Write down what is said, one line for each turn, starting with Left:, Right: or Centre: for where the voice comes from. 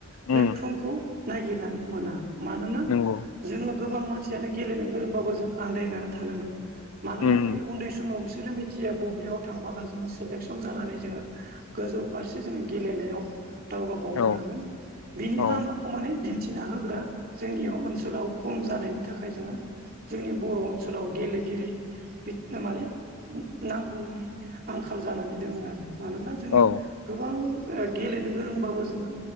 Left: उम
Right: प्लेटफर्मखौ नागिरनानै मोना मानोना
Left: नंगौ
Right: जोंनि गोबां मानसियानो गेलेनो गोरोंबाबो जों आन्दायना थानांगोन मानोना
Left: उम
Right: बे उन्दै समाव बिसोरो मि थियो बबेयाव थांबोला जोङो सेलेकसन जानानै जोङो गोजौ फारसे जोङो गेलेनायाव दावगाबावनो
Left: औ
Right: हागोन बिनि
Left: औ
Right: लामाखौ माने दिन्थिना होग्रा जोंनियाव ओनसोलाव खम जानायनि थाखाय जोङो जोंनि बर' ओनसोलाव गेले गिरि माने नांगौनि आंखाल जानानै दङो आरो। मानोना जोङो
Left: औ
Right: गोबां गेलेनो गोरोंबाबो जोङो